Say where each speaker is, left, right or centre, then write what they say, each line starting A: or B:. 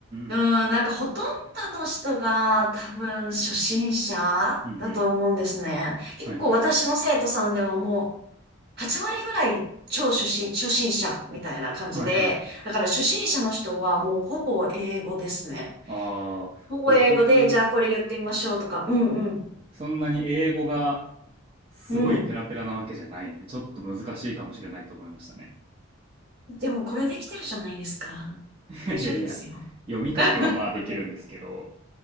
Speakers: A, on the right; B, on the right.
A: うん、
B: ん。
A: なんかほとんどの人が多分初心者
B: うんうん。
A: だと思うんですね。結構私の生徒さんではもう
B: はいはい。
A: 8割ぐらい超初心、初心者みたいな感じで、
B: はいはい。
A: だから初心者の人はもうほぼ英語ですね。
B: ああ、
A: ほぼ英語で、
B: 僕、
A: じゃあこれ言ってみましょうとか、うんうん、
B: そんなに英語がすごいペラペラなわけじゃないんで、
A: うん。
B: ちょっと難しいかもしれないと思いましたね。
A: でもこれできてるじゃないですか。
B: <laughs>
A: 大丈夫ですよ。
B: いやいや、読み書きはまあできるんですけど、
A: <laughs> これ。